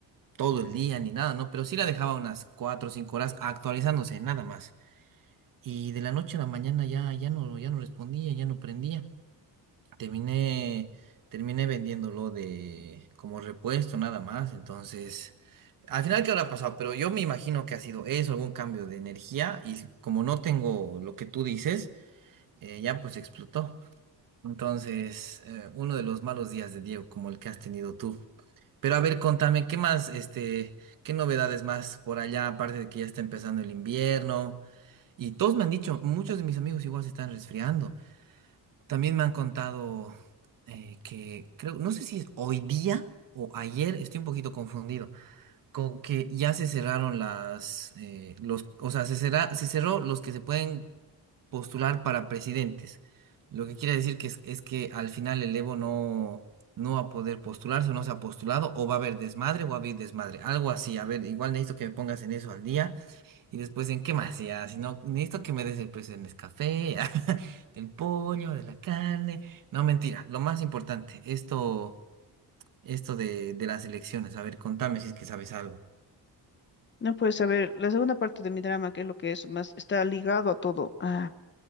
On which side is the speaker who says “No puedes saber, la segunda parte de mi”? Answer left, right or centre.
Left